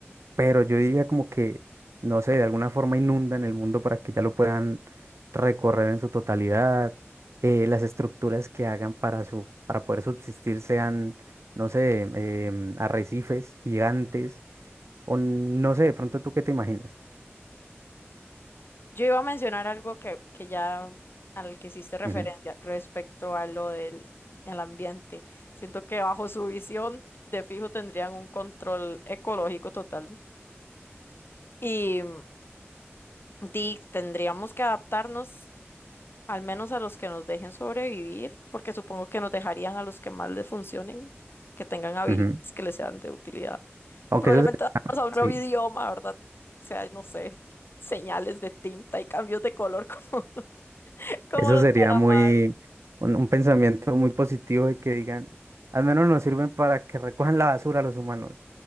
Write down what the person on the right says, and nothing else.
pero yo diría como que, no sé, de alguna forma inundan el mundo para que ya lo puedan recorrer en su totalidad, eh, las estructuras que hagan para, su, para poder subsistir sean, no sé, em, arrecifes gigantes, o no sé, de pronto tú qué te imaginas.
Ujú,
ujú, ujú.
Aunque
eso, se-
sí,
eso
sería
muy, un, un pensamiento muy positivo de que digan, al menos nos sirven para que recojan la basura los humanos,